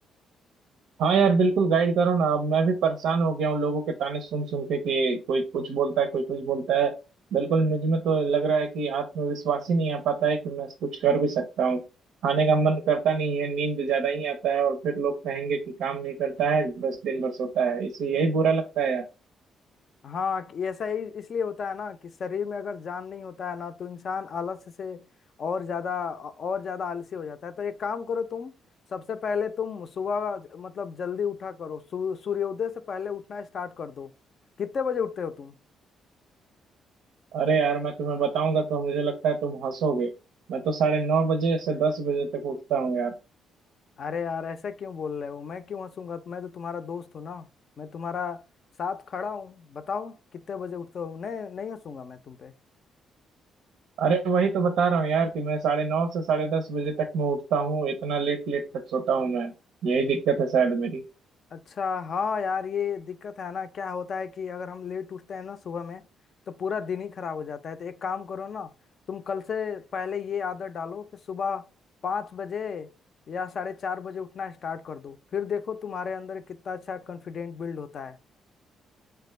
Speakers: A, on the right; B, on the left.
A: हाँ यार बिल्कुल गाइड करो ना अब मैं भी परेशान हो गया हूँ लोगों के ताने सुन सुन के कि कोई कुछ बोलता है कोई कुछ बोलता है बिल्कुल मुझ में तो लग रहा है कि आत्मविश्वास ही नहीं आ पाता है कि मैं कुछ कर भी सकता हूँ खाने का मन करता नहीं है नींद ज्यादा ही आता है और फिर लोग कहेंगे कि काम नहीं करता है बस दिन भर सोता है इसे यही बुरा लगता है यार
B: हाँ कि ऐसा ही इसलिए होता है ना कि शरीर में अगर जान नहीं होता है ना तो इंसान आलस से और ज्यादा और ज्यादा आलसी हो जाता है तो एक काम करो तुम सबसे पहले तुम सुबह मतलब जल्दी उठा करो सू, सूर्योदय से पहले उठना स्टार्ट कर दो कितने बजे उठते हो तुम
A: अरे यार मैं तुम्हें बताऊंगा तो मुझे लगता है तुम हंसोगे मैं तो साढ़े नौ बजे से दस बजे तक उठता हूँ यार
B: अरे यार ऐसा क्यों बोल रहे हो मैं क्यों हंसूंगा मैं तो तुम्हारा दोस्त हूँ ना मैं तुम्हारा साथ खड़ा हूँ बताओ कितने बजे उठते हो नहीं नहीं हंसूंगा मैं तुम पे
A: अरे वही तो बता रहा हूँ यार कि मैं साढ़े नौ से साढ़े दस बजे तक मैं उठता हूँ इतना लेट लेट तक सोता हूँ मैं यही दिक्कत है शायद मेरी
B: अच्छा हाँ यार ये दिक्कत है ना क्या होता है कि अगर हम लेट उठते हैं ना सुबह में तो पूरा दिन ही खराब हो जाता है तो एक काम करो ना तुम कल से पहले ये आदत डालो कि सुबह पाँच बजे या साढ़े चार बजे उठना स्टार्ट कर दो फिर देखो तुम्हारे अंदर कितना अच्छा कॉन्फिडेंट बिल्ड होता है